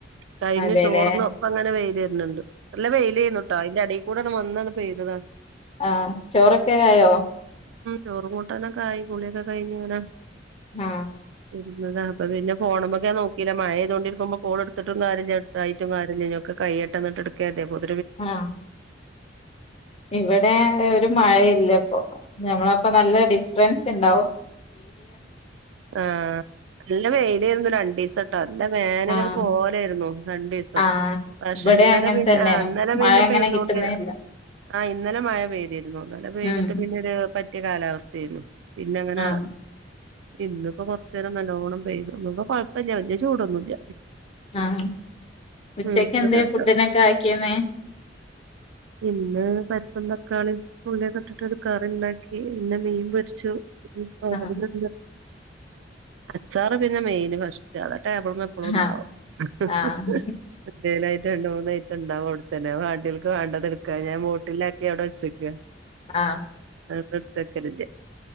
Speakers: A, on the right; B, on the left.
A: കഴിഞ്ഞു
B: അതെല്ലേ
A: ചോറിന്ന ഒപ്പ അങ്ങനെ വെയ് ന്ണ്ട് നല്ല വെയിലന്നുട്ടോ അയിന്റെ എടെ കൂടാണ് വന്നാണ് പെയ്തതാ
B: ആ ചോറൊക്കെ ആയോ.
A: ചോറ് കൂട്ടനൊക്ക ആയി കുളിയൊക്കെ കഴിഞ് ഇങ്ങനെ
B: ആ
A: ഇരുന്നതാ അപ്പൊ പിന്നെ ഫോണെമെകെ ഞൻ നോക്കീല്ല. മഴയ്ത കൊണ്ടിരിക്കുമ്പോ കോൾ എടുത്തിട്ടും കാര്യല്ലായിട്ട കാര്യല്ലല്ലോ ഓക്കേ കയ്യട്ടെ എന്നിട്ടേ ഇടുക <unintelligible>
B: ആ ഇവിടെ ഒരു മഴയില്ലപ്പോ ഞമ്മളപ്പ നല്ല ഡിഫറൻസ് ഉണ്ടാവും.
A: ആ നല്ല വെ യില്ലായിരുന്നു രണ്ട് സട്ടോ അല്ല വേനലൊക്കെ
B: ആഹ്
A: പോലായിരുന്നു രണ്ടു ദിവസം.
B: ആഹ്
A: പക്ഷെ
B: ഇവിടെ
A: ഇന്നലെ
B: അങ്ങനെ
A: പിന്നെ
B: തന്നെയാണ്
A: ഇന്നലെ പിന്നെ
B: മഴ അങ്ങനെ
A: പെയ്തൊണ്ട്
B: കിട്ടുന്നേ ഇല്ല
A: ആ ഇന്നലെ മഴ പെയ്തിരുന്നു ഇന്നലെ പെയ്തിട്ട്
B: ഉം
A: പിന്നെ ഒരു പ റ്റി കാലാവസ്ഥയരുന്നു പിന്ന അങ്ങനെ
B: ആഹ്
A: ഇന്നിപ്പോ കൊറച്ചു നേരം നല്ലോണം പെയ്തു. ഇന്നിപ്പൊ കൊഴപ്പില്ല വല്യ ചൂടൊന്നുല്ല.
B: ആഹ് ഉച്ചക്ക്
A: അങ്ങനത്തൊരു
B: എന്തെ
A: കാലം
B: ഫുഡിനൊക്കെ ആക്കിയെന്നെ.
A: ഇന്ന് പരിപ്പും തക്കാളിയും പുളിയൊക്കെ ഇട്ടിട്ട് ഒരു കറി ണ്ടാക്കി പിന്നെ മീൻ പൊരിച്ചു. ഉം <unintelligible>
B: ആഹ്
A: അച്ചാറ് പിന്നെ മെയ്ന് ഫസ്റ്റ ടേബിൾമെ എപ്പളും ണ്ടാവും.
B: ആഹ്
A: <unintelligible>
B: ആഹ്
A: നായിട്ട് രണ്ട് മൂന്നയ്റ്റം ഉണ്ടാവും അവിത്തന്നെ അത് വാണ്ടിയോൽക്ക് വാണ്ട ക്കാ. ഞാൻ ബോട്ടിലിലാക്കി അവിടെ വെക് ച്ചക്ക്
B: ആ
A: ട്ത്തക്കലില്യ.